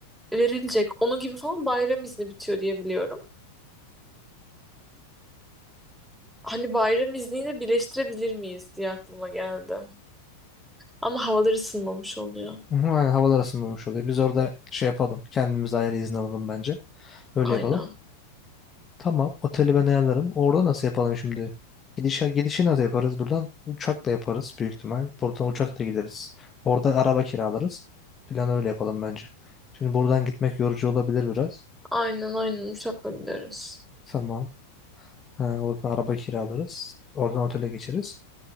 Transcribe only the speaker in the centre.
verilecek. Onu gibi falan bayram izni bitiyor diye biliyorum. Hani bayram izniyle birleştirebilir miyiz diye aklıma geldi. Ama havalar ısınmamış oluyor.
Aynen.
Aynen aynen uçakla gideriz.